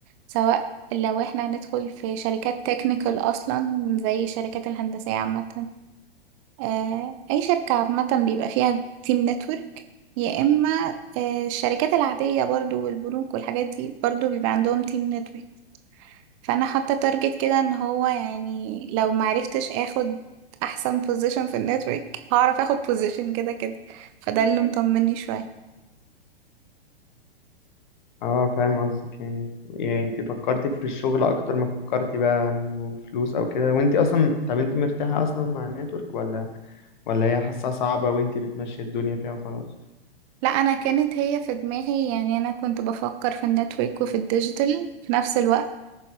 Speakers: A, on the right; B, on the left.
A: سواء لو احنا ندخل في شركات تكنيكال اصلا زي الشركات الهندسيه عامه آه اي شركه عامه بيبقى فيها تيم نتورك يا اما آه الشركات العاديه برضو والبنوك والحاجات دي برضو بيبقى عندهم تيم نتورك فانا حاطه تارجت كده ان هو يعني لو معرفتش اخد احسن بوزيشن في النتورك هعرف اخد بوزيشن كده كده فده اللي مطمني شويه
B: اه فاهم قصدك يعني يعني انت فكرتي في الشغل اكتر ما فكرتي بقى انه فلوس او كده وانت اصلا طب انت مرتاحه اصلا مع النتورك ولا ولا هي حاسه صعبه وانت بتمشي الدنيا فيها وخلاص
A: لا انا كانت هي في دماغي يعني انا كنت بفكر في النتورك وفي الديجيتال في نفس الوقت